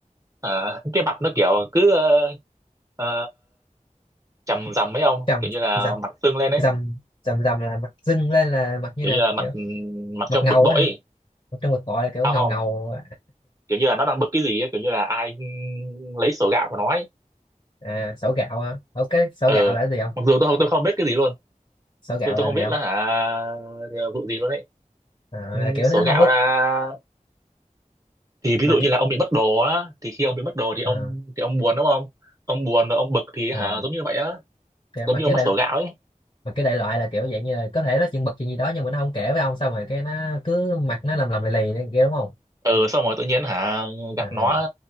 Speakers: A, on the right; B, on the left.
A: hả, cái mặt nó kiểu cứ ờ, ờ, chằm rằm ấy ông
B: trầm
A: kiểu như là
B: dầm
A: mặt sưng lên ấy
B: dầm dầm dầm là mặt dưng lên là mặt như
A: kiểu
B: nào
A: như là mặt
B: kiểu
A: mặt
B: mặt
A: trong
B: ngầu
A: bực bội
B: á hả?
A: ấy.
B: Ở trong cuộc gọi là kiểu
A: Sao
B: ngầu
A: không
B: ngầu
A: kiểu như là nó đang bực cái gì ấy. kiểu như là ai lấy sổ gạo của nó ấy
B: à sổ gạo hả ở cái sổ
A: ờ
B: gạo là cái gì không
A: mặc dù tôi không tôi không biết cái gì luôn
B: sổ gạo
A: tôi tôi
B: là
A: không
B: gì
A: biết
B: không
A: là hả vụ gì luôn ấy
B: à,
A: Ừ,
B: là kiểu
A: sổ
B: nó không
A: gạo
B: có
A: là thì ví
B: mà
A: dụ
B: kiểu
A: như là ông bị mất đồ á thì khi ông bị mất đồ thì ông
B: à,
A: thì ông buồn đúng không ông buồn rồi ông bực thì
B: à,
A: hả giống như vậy á
B: kiểu-
A: giống
B: mà
A: như
B: kiểu
A: ông mắc
B: đại
A: sổ gạo ấy
B: mà cái đại loại là kiểu dạng như là có thể nó chuyện bật chuyện gì đó nhưng mà nó không kể với ông xong rồi cái nó cứ mặt nó lầm lầm lì lì này kia đúng không
A: ừ xong rồi tự nhiên hả gặp
B: à,
A: nó